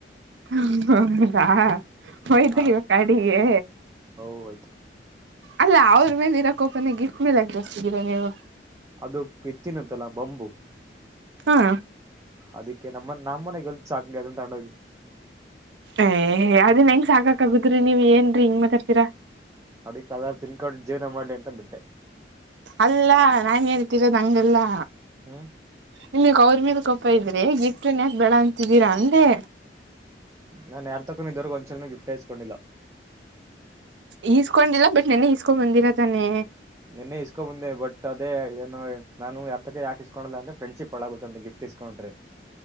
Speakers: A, on the right (about 80°); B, on the right (about 15°).
A: ಹ ಹೌದಾ ಹೋಯ್ತಾ
B: ಹಾ
A: ಇವಾಗ ಕಾಡಿಗೆ.
B: ಹೋಯ್ತು
A: ಅಲ್ಲಾ ಅವರ ಮೇಲೆ ಇರೋಕೋಪನ ಗಿಫ್ಟ್ ಮೇಲೆ ಜೋರಿಸಿದ್ದೀರಾ ನೀವು.
B: ಅದು ಪಿತ್ತಿನತ್ತಲಾ ಬಂಬು.
A: ಹಾ
B: ಅದಕ್ಕೆ ನಮ್ಮನ ನಮ್ಮನೆ ಗೆಲ್ತಚ ಆಕ್ಲಿ ಅದಂತ ತಗೊಂಡೋಗಿ.
A: ಏ ಅದನ ಹೆಂಗ ಸಾಕ ಆಗುತ್ರಿ ನೀವ ಏನ ಹಿಂಗ ಮಾತಾಡತಿರಾ.
B: ಅದಿಕ ಅದ ತಿನ್ಕೊಂಡು ಜೀವನ ಮಾಡ್ಲಿ ಅಂತ ಬಿಟ್ಟೆ.
A: ಅಲ್ಲಾ ನಾನ ಹೇಳ್ತಿರೋದ ಹಂಗಲ್ಲಾ
B: ಹು
A: ನಿಮಿಗ ಅವರ ಮೇಲೆ ಕೋಪಾ ಇದ್ರೆ ಗಿಫ್ಟನ್ ಯಾಕ ಬೇಡಾ ಅಂತಿದ್ದೀರಾ ಅಂದೆ.
B: ನಾನ್ ಯಾರ್ ತಕ್ಕೂ ಇದುವರ್ಗ ಒಂದ್ಸಲನ ಗಿಫ್ಟ್ ಇಸ್ಕೊಂಡಿಲ್ಲ.
A: ಈಸ್ಕೊಂಡಿಲ್ಲಾ ಬಟ್ ನೆನ್ನೆ ಈಸ್ಕೊಂಡ್ ಬಂದಿರಾ ತಾನೆ.
B: ನಿನ್ನೆ ಇಸ್ಕೊ ಬಂದೆ ಬಟ್ ಅದೇ ಏನು. ನಾನು ಯಾತಕ್ಕೆ ಯಾಕಸ್ಕೊಳಲ್ಲಾ ಅಂದ್ರ ಫ್ರೆಂಡಶಿಫ್ ಹಾಳಾಗುತ್ತ ಅಂತ ಗಿಫ್ ಇಸ್ಕೊಂಡ್ರೆ.